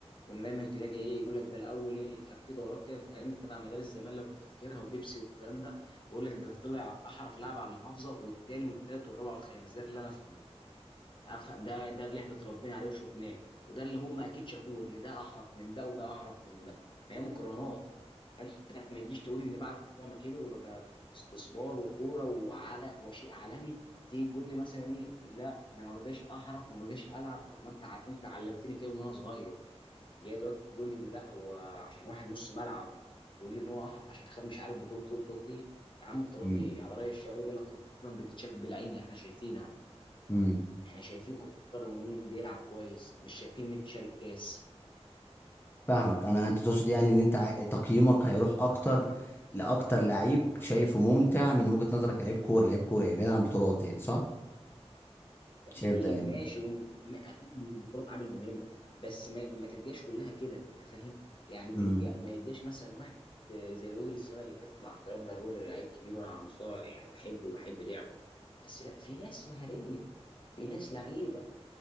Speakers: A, on the left; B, on the left.
A: كنا دايما تلاقي ايه يقول لك ده الاول ايه كان في دورات كده بتتعمل تبع مدارس زمان لو تفتكرها وبيبسي والكلام ده يقول لك ده طلع احرف لاعب على المحافظه والتاني والتالت والرابع والخامس ده اللي انا افهمه افهم ده ده اللي احنا اتربينا عليه وشفناه وده اللي هم اكيد شافوه ان ده احرف من ده وده احرف من ده ما هي مقارنات فانت ما تجيش تقول ان بعد ما كبر وبقى استثمار وكوره وعلى وشيء عالمي تيجي تقول لي مثلا ايه لا انا ما بقاش احرف وما بقاش العب طب ما انت ع- انت علمتني كده وانا صغير جاي دلوقتي تقول لي ان لا هو عشان واحد نص ملعب تقول لي ان هو احرف عشان خد مش عارف بطوله ايه بطوله ايه يا عم بطولات
B: مم.
A: ايه على راي الشاعر قال لك كره القدم بتتشاب بالعين احنا شايفينها
B: مم.
A: احنا شايفين كره القدم ومين بيلعب كويس مش شايفين مين شارك كاس
B: فاهمك انا انت تقصد يعني ان انت عا- تقييمك هيروح اكتر لاكتر لعيب شايفه ممتع من وجهة نظرك كلاعب كوره لعيب كوره يعني بعيد عن البطولات يعني صح شايف
A: اكيد
B: ده يعني
A: ماشي وم... م- اكيد إن البطولات عامل مهم بس ما, ما تبقاش كلها كده انت فاهم يعني تبقى
B: امم
A: ما يبقاش مثلا واحد آه، زي رودري السنه اللي فاتت مع احترامنا لرودري لعيب كبير وانا عنصار يعني بحبه وبحب لعبه بس لا في ناس مهاريه في ناس لعيبه